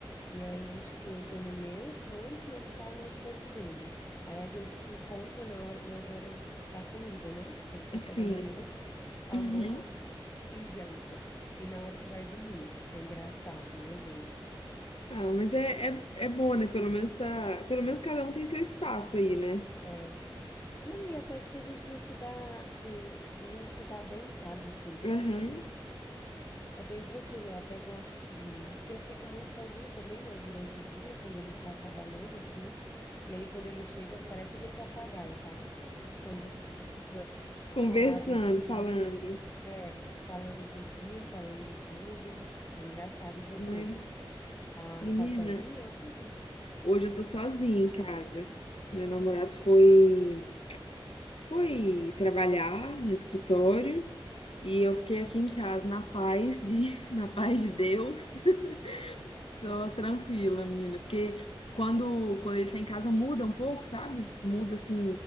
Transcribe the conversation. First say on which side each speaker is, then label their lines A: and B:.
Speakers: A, on the left (about 30°); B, on the left (about 90°).
A: E aí, tipo, eu tô no meu canto e ele tá no canto dele. Aí a gente se encontra na hora, nas horas da comida, né? Tipo, o café
B: sim.
A: da manhã, almoço
B: Uhum.
A: e janta. E na hora que vai dormir. É engraçado, meu Deus.
B: Ah, mas é, é, é bom, né? Pelo menos tá. Pelo menos cada um tem seu espaço aí, né?
A: É. Não, e até que a gente não se dá, assim, a gente se dá bem, sabe, assim.
B: Aham.
A: É bem tranquilo, eu até gosto de... que eu fico muito sozinha também, né, durante o dia, quando ele tá trabalhando, assim. E aí, quando ele chega, parece aquele papagaio, sabe? Quando você precisa...
B: Conversando,
A: Falar do dia,
B: falando.
A: é, falando do dia, falando de tudo. É engraçado. E você,
B: Mas,
A: tá,
B: menina,
A: tá sozinha hoje?
B: hoje eu tô sozinha em casa. Meu
A: Hum,
B: namorado foi, foi trabalhar no escritório. E eu
A: uhum.
B: fiquei aqui em casa na paz de, <laughs> na paz de Deus. <laughs>
A: Eu-
B: Tô tranquila, menina, porque quando quando ele tá em casa muda um pouco, sabe? Muda assim,